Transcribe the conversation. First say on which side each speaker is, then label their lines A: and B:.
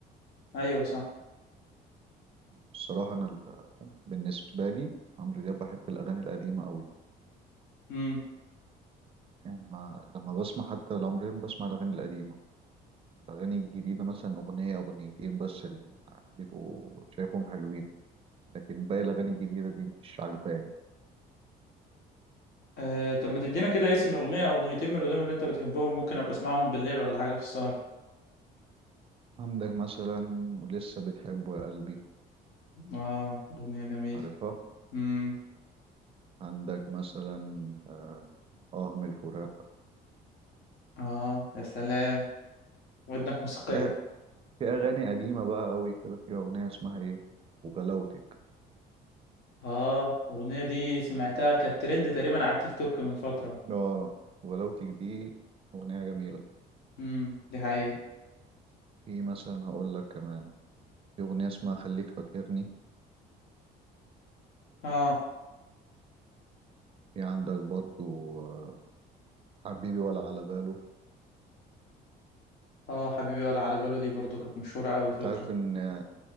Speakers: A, on the left; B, on the right.
A: ايوه صح
B: الصراحه انا ال- بالنسبه لي عمرو دياب بحب الاغاني القديمه قوي
A: امم
B: يعني ما لما بسمع حتى لعمرو دياب بسمع الاغاني القديمه الاغاني الجديده مثلا اغنيه اغنيتين بس اللي ما- بيبقوا شايفهم حلوين لكن باقي الأغاني الجديدة دي مش عجباني
A: آه طب ما تدينا كده اسم اغنيه او اغنيتين من اللي قدام اللي انت بتحبهم ممكن ابقى اسمعهم بالليل ولا حاجه في السهره
B: عندك مثلا ولسه بتحبه يا قلبي
A: اه اغنيه جميله
B: عارفها
A: امم
B: عندك مثلا آه آه من الفراق
A: اه يا سلام ودنك موسيقيه
B: يا- في أغاني قديمة بقى أوي كده في أغنية اسمها إيه وغلاوتك
A: <laughs> اه الاغنيه دي سمعتها كانت ترند تقريبا على التيك توك من فتره
B: آه وغلاوتك دي أغنية جميلة
A: امم دي حقيقة
B: في مثلا هقول لك كمان في أغنية اسمها خليك فاكرني
A: اه
B: في عندك برضو آه حبيبي ولا على باله
A: اه حبيبي ولا على باله دي برضو كانت مشهورة أوي
B: أنت
A: فترة
B: عارف إن آه،